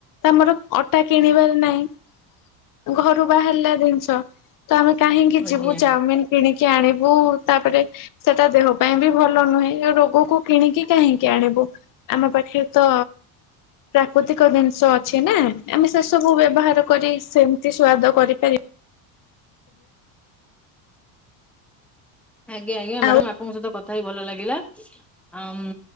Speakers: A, on the left; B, in the centre.
A: ଆମର ଅଟା କିଣିବାର ନାହିଁ ଘରୁ ବାହାରିଲା ଜିନିଷ। ତ ଆମେ କାହିଁକି
B: ଆଜ୍ଞା
A: ଯିବୁ ଚାଉମିିନ କିଣିକି ଆଣିବୁ ତାପରେ ସେଟା ଦେହ ପାଇଁ ବି ଭଲ ନୁହେଁ ରୋଗକୁ କିଣିକି କାହିଁକି ଆଣିବୁ। ଆମ ପାଖେ ତ ପ୍ରାକୃତିକ ଜିନିଷ ଅଛି ନା ଆମେ ସେ ସବୁ ବ୍ୟବହାର କରି ସେମିତି ସୁଆଦ କରିପାରି
B: ଆଜ୍ଞା ଆଜ୍ଞା
A: ଆଉ
B: ମ୍ୟାଡ଼ାମ ଆପଣଙ୍କ ସହିତ କଥା ହେଇ ଭଲ ଲାଗିଲା ଆମ୍